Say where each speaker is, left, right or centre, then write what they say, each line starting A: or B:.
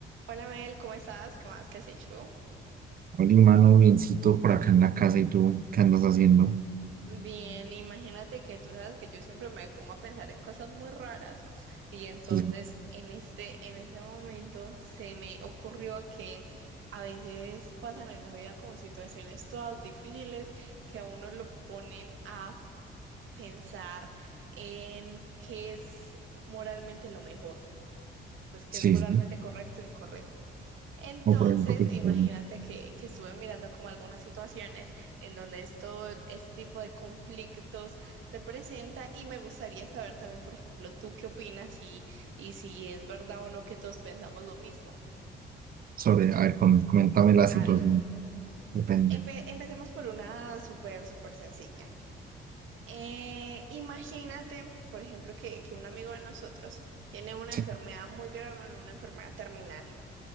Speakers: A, on the right; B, on the right.
A: Hola Mel, ¿cómo estás? ¿Qué más? ¿Qué has hecho?
B: Oli, mano, biencito por acá en la casa y tú, ¿qué andas haciendo?
A: Bien, imagínate que tú sabes que yo siempre me pongo a pensar en cosas muy raras y entonces
B: Sí,
A: en este, en ese momento se me ocurrió que a veces pasan en la vida como situaciones todas difíciles que a uno lo ponen a pensar en qué es moralmente lo mejor. pues que
B: sí.
A: es moralmente
B: sí.
A: correcto o incorrecto. Entonces,
B: O por ejemplo, que
A: imagínate
B: tú te-
A: que, que estuve mirando como algunas situaciones en donde esto, este tipo de conflictos se presenta y me gustaría saber también, por ejemplo, tú qué opinas y, y si es verdad o no que todos pensamos lo mismo.
B: sobre, a ver, com- coméntame la situación,
A: A ver,
B: depende.
A: empe- empecemos por una súper, súper sencilla. Eh, imagínate, por ejemplo, que, que un amigo de nosotros tiene una
B: Sí,
A: enfermedad muy grave, una enfermedad terminal.